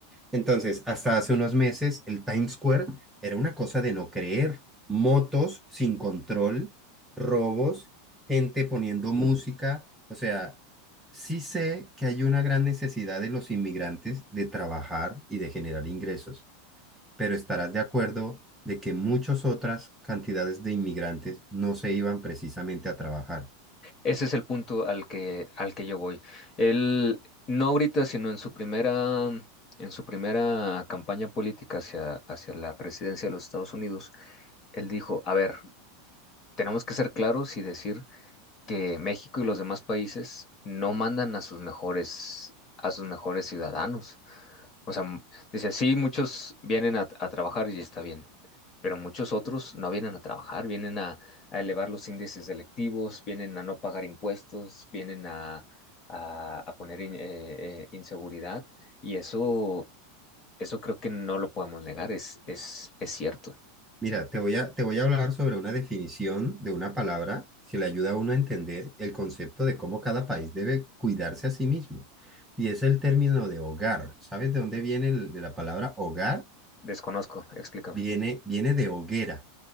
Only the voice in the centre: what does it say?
Entonces, hasta hace unos meses, el Times Square era una cosa de no creer. Motos sin control, robos, gente poniendo música. O sea, sí sé que hay una gran necesidad de los inmigrantes de trabajar y de generar ingresos pero estarás de acuerdo de que muchas otras cantidades de inmigrantes no se iban precisamente a trabajar.
Mira, te voy a, te voy a hablar sobre una definición de una palabra que le ayuda a uno a entender el concepto de cómo cada país debe cuidarse a sí mismo. Y es el término de hogar. ¿Sabes de dónde viene el- de la palabra hogar?
Viene, viene de hoguera.